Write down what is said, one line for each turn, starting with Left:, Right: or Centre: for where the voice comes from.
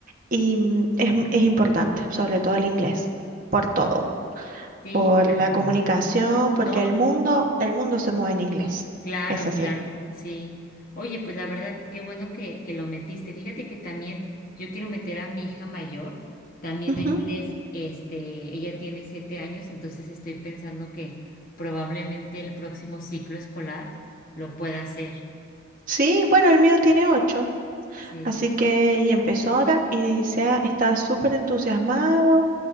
Right: Y mm, es, es importante, sobre todo el inglés, por todo,
Left: Sí,
Right: por
Left: claro.
Right: la comunicación, porque
Left: No,
Right: el mundo,
Left: no,
Right: el mundo se mueve en inglés.
Left: claro,
Right: Es así.
Left: claro, sí. Oye, pues la verdad, qué bueno que, que lo metiste. Fíjate que también yo quiero meter a mi hija mayor, también
Right: Ujú.
Left: a inglés, este, ella tiene siete años, entonces estoy pensando que probablemente el próximo ciclo escolar lo pueda hacer.
Right: Sí, bueno, el mío tiene ocho,
Left: Sí,
Right: así que y empezó ahora y se ha- está súper entusiasmado,